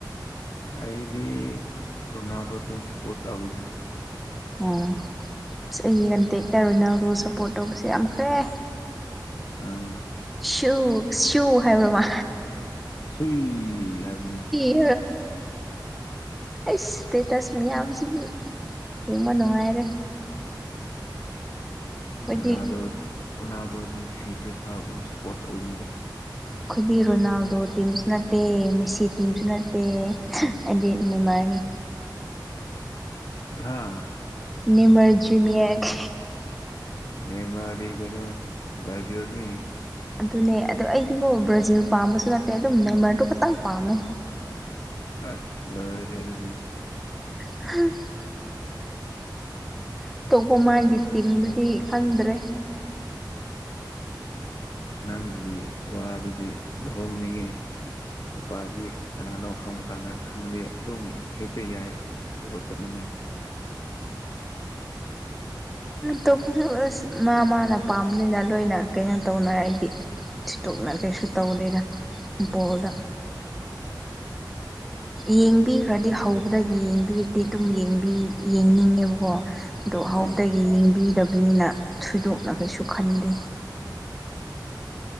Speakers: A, on the left; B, in the centre.
A: ꯑꯩꯗꯤꯗ ꯇꯝ ꯁꯥꯄꯣꯔꯠ ꯑꯒꯗ
B: ꯑꯣ ꯑꯁ ꯑꯩꯒꯤ ꯀꯟꯇꯦꯛꯇꯔꯣꯏ ꯅꯪꯗꯣ ꯁꯞꯄꯣꯔꯠ ꯇꯧꯕꯁꯦ ꯌꯥꯝꯈ꯭ꯔꯦ
A: ꯑꯥ
B: ꯁꯨ ꯁꯨ ꯍꯥꯏꯕ꯭ꯔꯃ
A: ꯁꯨꯏ ꯍꯥꯏꯕꯅꯦ
B: <unintelligible> ꯑꯩꯏ ꯏꯁꯇꯦꯇꯁ ꯃꯌꯥꯝꯁꯤꯗꯤ ꯌꯦꯡꯕ ꯅꯨꯡꯉꯥꯏꯔꯦ꯫ ꯑꯩꯈꯣꯏꯗꯤ
A: ꯅꯥꯗ ꯔꯅꯥꯗꯣꯗꯤ ꯁꯤꯗ꯭ꯔꯤꯐꯥꯎ ꯑꯗꯨꯝ ꯁꯄꯣꯔꯠ ꯇꯧꯒꯅꯤꯗ
B: ꯑꯩꯈꯣꯏꯗꯤ ꯔꯣꯅꯥꯜꯗꯣ ꯇꯤꯝꯁꯨ ꯅꯠꯇꯦ ꯃꯦꯁꯤ ꯇꯤꯝꯁꯨ ꯅꯠꯇꯦ ꯑꯩꯗꯤ ꯅꯦꯃꯥꯔꯅꯦ
A: ꯍꯥꯥ
B: ꯅꯤꯃꯔ ꯖꯨꯅꯤꯌꯔ
A: ꯅꯦꯕꯥꯔꯗꯤ ꯀꯩꯅꯣ ꯕ꯭ꯔꯥꯖꯤꯜ ꯅꯦ
B: ꯑꯗꯨꯅꯦ ꯑꯗꯨꯗ ꯑꯩꯗꯤꯀꯣ ꯕ꯭ꯔꯥꯖꯤꯜ ꯄꯥꯝꯕꯁꯨ ꯅꯠꯇꯦ ꯑꯗꯨꯝ ꯅꯦꯃꯔꯗꯨ ꯈꯠꯇꯪ ꯄꯥꯝꯃꯦ
A: ꯑꯁ ꯂꯣꯏꯔꯦꯍꯦ ꯑꯗꯨꯗꯤ꯫
B: <unintelligible> ꯑꯇꯣꯞꯄ ꯃꯥꯒꯤ ꯇꯤꯝꯗꯨꯗꯤ ꯈꯪꯗ꯭ꯔꯦ
A: ꯅꯪꯒꯤ ꯋꯥꯗꯨꯗꯤ ꯂꯨꯍꯣꯡꯅꯤꯡꯉꯤ ꯅꯨꯄꯥꯗꯤ ꯀꯅꯥꯅꯣ ꯍꯪꯃꯀꯥꯟꯗ ꯈꯪꯗꯦ ꯑꯗꯨꯝ ꯍꯦꯛꯇ ꯌꯥꯏ ꯇꯣꯛꯑꯣ ꯆꯃꯅꯦ
B: ꯇꯣꯛꯄꯁꯨ ꯑꯁ ꯃꯥ ꯃꯥꯅ ꯄꯥꯝꯕꯅꯤꯅ ꯂꯣꯏꯅ ꯀꯩꯅꯣ ꯇꯧꯅꯔ ꯑꯩꯗꯤ ꯊꯤꯠꯇꯣꯛꯅ ꯀꯩꯁꯨ ꯇꯧꯗꯦꯗ ꯕꫭꯜꯗ ꯌꯦꯡꯕꯤꯈ꯭ꯔꯗꯤ ꯍꯧꯕꯗ ꯌꯦꯡꯕꯤꯔꯗꯤ ꯑꯗꯨꯝ ꯌꯦꯡꯅꯤꯡꯉꯦꯕꯀꯣ ꯑꯗ
A: ꯑꯥ
B: ꯍꯥꯎꯕꯗꯒꯤ ꯌꯦꯡꯕꯤꯗꯕꯅꯤꯅ ꯊꯣꯏꯗꯣꯛꯅ ꯀꯩꯁꯨ ꯈꯟꯗꯦ